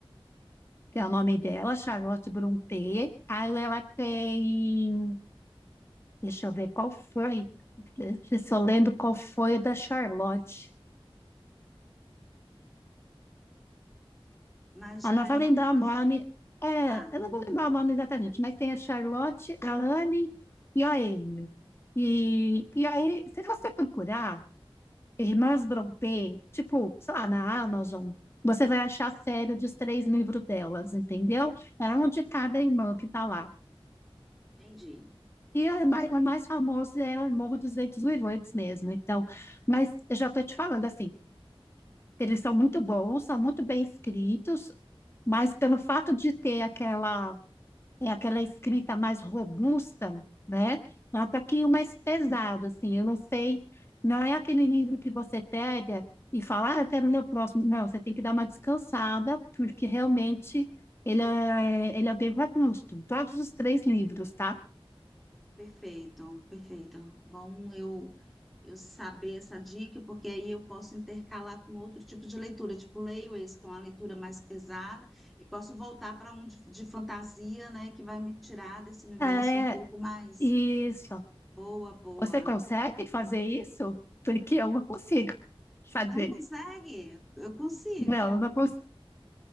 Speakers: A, on the left; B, in the centre.
A: que é o nome dela, Charlotte Brontë. Aí ela tem, deixa eu ver qual foi, se eu lembro qual foi da Charlotte.
B: Mas
A: Ah,
B: já
A: não vou
B: é
A: lembrar
B: umas.
A: o nome, é,
B: Tá,
A: eu não vou lembrar o nome exatamente, mas tem a Charlotte, a Anne e a Amy. E, e aí, se você procurar, Irmãs Brontë, tipo, sei lá, na Amazon, você vai achar a série dos três livros delas, entendeu? É um de cada irmã que tá lá.
B: entendi.
A: E a mais, a mais famosa é o Morro dos Ventos Uivantes mesmo, então. Mas eu já tô te falando assim, eles são muito bons, são muito bem escritos, mas pelo fato de ter aquela é aquela escrita mais robusta, né? Nota que o mais pesado, assim, eu não sei, não é aquele livro que você pega e fala, ah, eu quero ler o próximo. Não, você tem que dar uma descansada, porque realmente ele é, ele é bem robusto, todos os três livros, tá?
B: Perfeito, perfeito. Bom, eu eu saber essa dica, porque aí eu posso intercalar com outro tipo de leitura, tipo leio esse, que é uma leitura mais pesada, e posso voltar para um de, de fantasia, né, que vai me tirar desse universo
A: É,
B: um pouco mais.
A: isso.
B: Boa, boa.
A: Você consegue fazer isso? Porque eu não consigo fazer.
B: Não consegue? Eu consigo,
A: Não, eu não consigo.